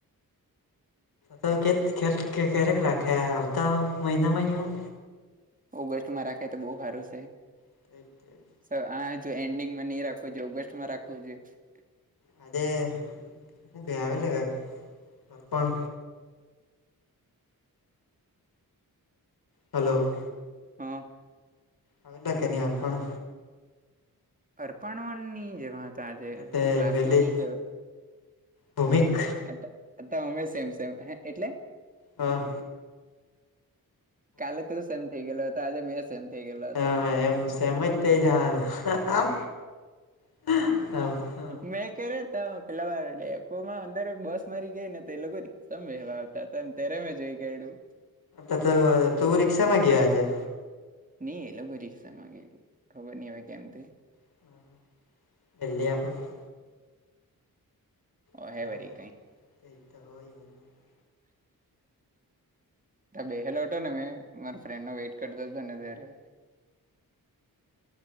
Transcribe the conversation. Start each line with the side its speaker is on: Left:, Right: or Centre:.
Left: તો કે ખ ખેરેક રાખે આવતા મહિનામાં હું.
Right: ઓગસ્ટ માં રાખે તો બોહ સારું શે
Left: <inaudible>
Right: સર આ જો એન્ડિંગમાં ની રાખવું જોયે ઓગસ્ટમાં રાખવું જોઈ એ
Left: આજે હુ કે આવેલો કે તર્પણ. હલો.
Right: હઅ
Left: આવેલા કે ની આરપણ
Right: અર્પણ વન ની જે વા તો આજે
Left: ને તે
Right: ક્લાસમાં
Left: પેલી
Right: નહી જોયુ
Left: ભૂમિક
Right: <unintelligible> આતો અમે સેમ સેમ હે એટલે.
Left: હ
Right: કાલે તું સેમ થઈ ગયલો હતો આજે મેં સેમ. થઈ ગયેલો
Left: હ
Right: હતો.
Left: એમ સેમજ થઈ જવાનુ હ હા હ હા.
Right: મેં કર્યા ત પેલા વા ડેપો માં અંદર બસ મારી ગઈ ને તો એ લોકો એકદમ વવાતા. ત તમ ત્યારે મે જોઈ કયાડ્યું
Left: અ તો તું રિક્ષા મા ગીયો આજે.
Right: ની એ લોકો રિક્ષા માં ગયીલા ખબર ની હવે કેમ તે
Left: <unintelligible> <unintelligible>
Right: અહે વરી ત બહેલો હતો ને મેં ફ્રેડ ના વેઇટ કરતા ત ને ત્યારે.